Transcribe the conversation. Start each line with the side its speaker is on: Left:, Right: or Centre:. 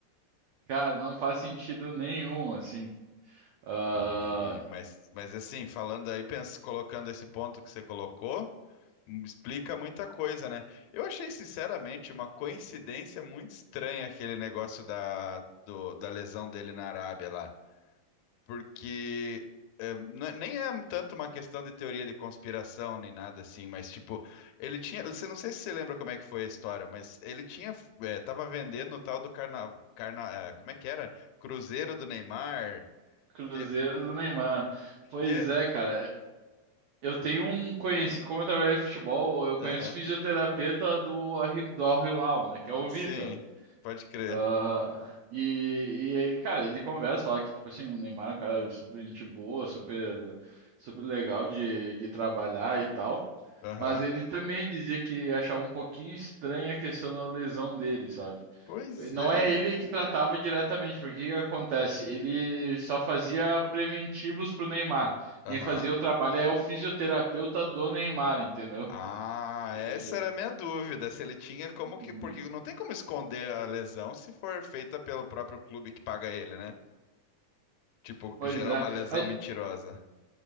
Right: Cara, não faz sentido nenhum, assim. Ah,
Left: E, mas, mas assim, falando aí, pensa, colocando esse ponto que você colocou. Explica muita coisa, né? Eu achei, sinceramente, uma coincidência muito estranha aquele negócio da, do- da lesão dele na Arábia lá. Porque é, n- nem é tanto uma questão de teoria de conspiração nem nada assim, mas tipo, ele tinha. Você não sei se você lembra como é que foi a história, mas ele tinha. É, tava vendendo o tal do carna, carna, é, como é que era? Cruzeiro do Neymar.
Right: Cruzeiro
Left: Te-
Right: do Neymar. Pois
Left: e é-
Right: é, cara. Eu tenho um conhecido, como eu trabalhei em futebol, eu conheço
Left: Aham.
Right: fisioterapeuta do, Al- do Al Hilal, né? Que é o
Left: Sim,
Right: Vitor.
Left: pode crer.
Right: Ah, Ah, cara. e, e aí, cara, ele conversa, fala que, tipo assim, o Neymar é um cara super gente boa, super, super legal de, de trabalhar e tal.
Left: Aham.
Right: Mas ele também dizia que achava um pouquinho estranha a questão da lesão dele, sabe?
Left: Pois
Right: Não
Left: é.
Right: é ele que tratava diretamente, porque o que que acontece? Ele só fazia preventivos pro Neymar.
Left: Aham.
Right: Quem fazia o trabalho é o fisioterapeuta do Neymar, entendeu?
Left: Ah,
Right: O-
Left: essa era a minha dúvida, se ele tinha como
Right: Uhum.
Left: que, porque não tem como esconder a lesão se for feita pelo próprio clube que paga ele, né? Tipo,
Right: Pois
Left: gerar
Right: é.
Left: uma lesão
Right: Mas
Left: mentirosa.